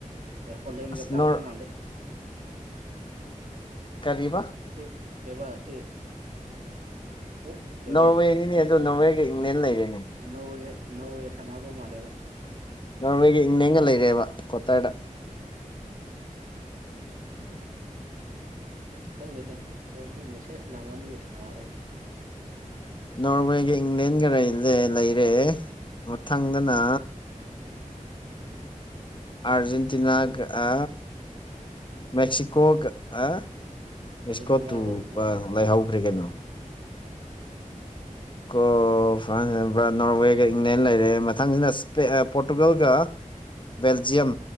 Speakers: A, on the right; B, on the left.
A: ꯑꯦ ꯍꯣꯂꯦꯟꯒꯦ
B: ꯑꯁ
A: ꯇꯥꯗꯣ
B: ꯅꯣꯔ
A: ꯃꯥꯂꯦ
B: ꯀꯔꯤꯕ
A: ꯁꯤ ꯀꯩꯕ ꯁꯤ ꯄꯣꯛ ꯀꯩꯕ
B: ꯅꯣꯔꯋꯦꯅꯤꯅꯦ ꯑꯗꯨ ꯅꯣꯔꯋꯦꯒ ꯏꯪꯂꯦꯟ ꯂꯩꯔꯦꯅꯦ
A: ꯅꯧꯋꯦ ꯅꯧꯋꯦ ꯁꯅꯥꯗꯨ ꯃꯥꯜꯂꯦꯕ
B: <unintelligible> ꯂꯩꯔꯦꯕ ꯀ꯭ꯋꯥꯇꯔꯗ
A: ꯎꯝ
B: <inaudible>
A: ꯏꯁ ꯈꯪꯗꯦꯗ ꯐꯣꯟꯁꯤ ꯃꯦꯁꯦꯖ ꯂꯥꯡꯃꯟꯕꯒꯤ ꯁꯥꯔꯦ
B: ꯅꯣꯔꯋꯦꯒ ꯏꯪꯂꯦꯟꯒ ꯂꯩ ꯂꯩꯔꯦ ꯃꯊꯪꯗꯅ ꯑꯥꯔꯖꯦꯟꯇꯤꯅꯥ ꯀ ꯑ ꯃꯦꯛꯁꯤꯀꯣ ꯀ ꯑ ꯕꯤꯁꯀꯣꯠꯇꯨꯄꯥ
A: ꯑꯥꯔꯖꯦꯟꯇꯤꯅꯥꯒ ꯏꯖꯤꯞ
B: ꯂꯩꯍꯧꯈ꯭ꯔꯦ ꯀꯩꯅꯣ ꯀꯣ ꯐ꯭ꯔꯥꯟꯁ ꯂꯩꯕ꯭ꯔꯥ ꯅꯣꯔꯋꯦꯒ ꯏꯪꯂꯦꯟ ꯂꯩꯔꯦ ꯃꯊꯪꯁꯤꯅ ꯁꯄꯦ ꯄꯣꯔꯇꯨꯒꯜꯒ ꯕꯦꯜꯖꯤꯌꯝ